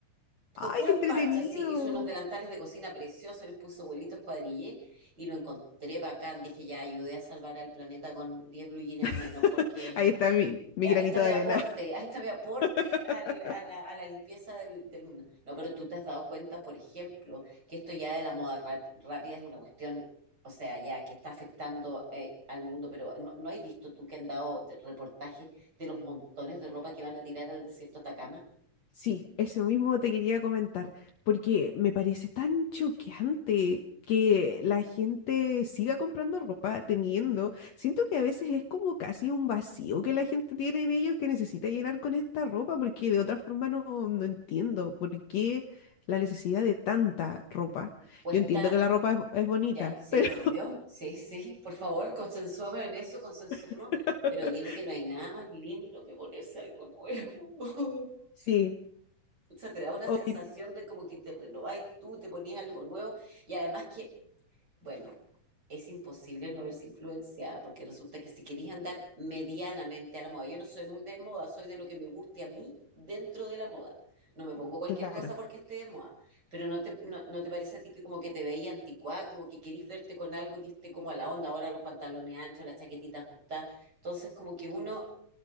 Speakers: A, on the left (about 60°); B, on the right (about 30°).
A: ¡Ay,
B: Con puros
A: qué entretenido!
B: parches, sí, hizo unos delantales de cocina preciosos, les puso vuelitos cuadrillé y lo encontré bacán. Dije, ya ayudé a salvar al planeta con 10 blue jeans
A: <laughs>
B: menos porque
A: Ahí está mi, mi
B: eh, Ahí
A: granito
B: está mi
A: de
B: aporte,
A: arena.
B: ahí está mi aporte
A: <laughs>
B: al- a la, a la limpieza del, del mundo. No, pero tú te has dado cuenta, por ejemplo, que esto ya de la moda rap- rápida es una cuestión, o sea, ya que está afectando eh, al mundo, pero ¿no, no has visto tú que han dado de- reportajes de los montones de ropa que van a tirar al desierto de Atacama?
A: Sí, eso mismo te quería comentar, porque me parece tan choqueante que la gente siga comprando ropa teniendo. Siento que a veces es como casi un vacío que la gente tiene en ellos que necesita llenar con esta ropa, porque de otra forma no, no entiendo por qué la necesidad de tanta ropa.
B: Cuesta,
A: Yo entiendo que la ropa es, es bonita,
B: ya, sí,
A: pero
B: obvio, sí, sí, por favor, consensuemos en eso, consensuemos,
A: <laughs>
B: pero dime que no hay nada más lindo que ponerse algo nuevo. <laughs>
A: sí,
B: O sea, te da una
A: hoy,
B: sensación de como que te renovás tú, te ponías algo nuevo. Y además que, bueno, es imposible no verse influenciada, porque resulta que si querís andar medianamente a la moda, yo no soy muy de moda, soy de lo que me guste a mí dentro de la moda. No me pongo cualquier
A: claro,
B: cosa porque esté de moda. Pero no te, no, no te parece a ti que como que te veía anticuada, como que querís verte con algo que esté como a la onda, ahora los pantalones anchos, la chaquetita ajustada. Entonces como que uno